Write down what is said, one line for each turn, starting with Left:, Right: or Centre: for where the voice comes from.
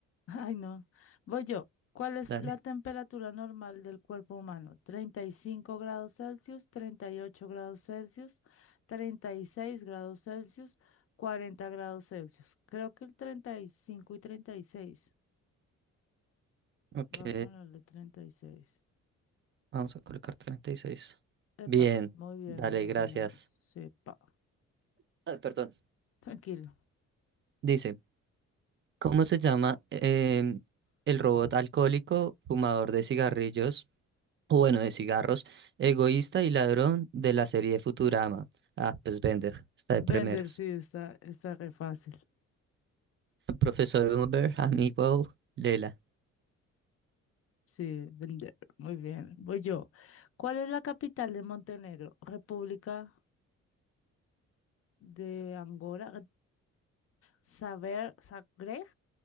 Left: Ay, no. Voy yo. ¿Cuál es
Right: Dale.
Left: la temperatura normal del cuerpo humano? 35 grados Celsius, 38 grados Celsius, 36 grados Celsius, 40 grados Celsius. Creo que el treinta y cinco y y treinta y seis.
Right: Ok.
Left: Va a ponerle 36.
Right: Vamos a colocar treinta y seis
Left: Epa,
Right: Bien.
Left: muy bien,
Right: Dale,
Left: le
Right: gracias.
Left: tenemos. Sepa.
Right: Ah, perdón.
Left: Tranquilo.
Right: Dice, ¿cómo se llama em, el robot alcohólico fumador de cigarrillos? o bueno, de cigarros, egoísta y ladrón de la serie Futurama. Ah, pues Bender, está de
Left: Vender,
Right: primeras.
Left: sí, está, está re fácil.
Right: Profesor Uber, amigo Lela.
Left: Sí, vender. Muy bien. Voy yo. ¿Cuál es la capital de Montenegro? República de Angora. Saber, Zagreb,